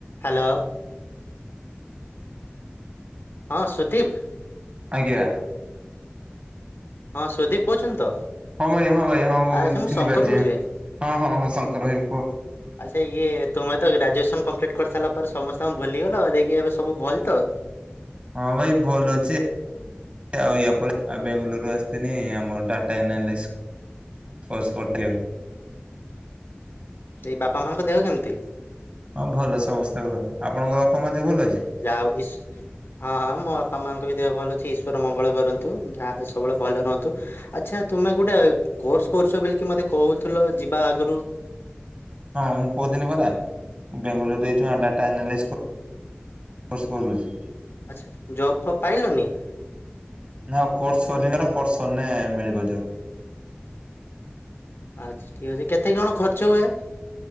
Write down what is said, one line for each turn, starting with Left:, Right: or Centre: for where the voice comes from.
Left: Hello. ହଁ ସୁଦୀପ୍।
Right: ଆଜ୍ଞା।
Left: ହଁ ସୁଦୀପ କହୁଛନ୍ତି ତ?
Right: ହଁ ଭାଇ ହଁ ଭାଇ ହଁ ମୁଁ
Left: ଆଚ୍ଛା
Right: ଚିହ୍ନିପାରିଛି
Left: ଶଙ୍କର କହୁଛି ଭାଇ
Right: ହଁ ହଁ ହଁ ଶଙ୍କର ଭାଇ କୁହ।
Left: ଆଚ୍ଛା ଇଏ ତୁମେ ତ ଗ୍ରାଜୁଏସନ କମ୍ପ୍ଲିଟ୍ କରିସାରିଲା ପରେ ସମସ୍ତଙ୍କୁ ଭୁଲିଗଲ ଦେଇକି ଏବେ ସବୁ ଭଲ ତ?
Right: ହଁ ଭାଇ ଭଲ ଅଛି ଆଉ ୟା ପରେ ଆଉ ବେଙ୍ଗାଲୋରରୁ ଆସିଥିନି ଆମ ଡାଟା ଆନାଲାଇସ୍ ସ୍ପୋର୍ ଫିୟର।
Left: ଦେଇ ବାପା ମାଙ୍କ ଦେହ କେମିତି?
Right: ହଁ ଭଲ ସମସ୍ତେ ଭଲ ଆପଣଙ୍କ ବାପା ମାଆ ଦେହ ଭଲ ଅଛି?
Left: ଯାହା ହଉ ଇସ୍ ହଁ ମୋ ବାପା ମାଆଙ୍କ ବି ଦେହ ଭଲ ଅଛି ଈଶ୍ୱର ମଙ୍ଗଳ କରନ୍ତୁ ଯାହା ସବୁବେଳେ ଭଲ ରୁହନ୍ତୁ। ଆଚ୍ଛା ତୁମେ ଗୋଟେ କୋର୍ସ କରୁଛ ବୋଲି କି ମତେ କହୁଥିଲ ଯିବା ଆଗରୁ?
Right: ହଁ ମୁଁ କହୁଥିଲି ପରା ବେଙ୍ଗାଲୁରୁରେ ଡାଟାନେଲା କୋର୍ସ କରୁଛି।
Left: ଆଚ୍ଛା ଜବ୍ ଫବ୍ ପାଇଲନି?
Right: ନାଉ କୋର୍ସ ସରିନି ପା କୋର୍ସ ସରିଲେ ମିଳିବ ଯୋଉ
Left: ଆଚ୍ଛା ଠିକ୍ ଅଛି କେତେ କଣ ଖର୍ଚ୍ଚ ହୁଏ?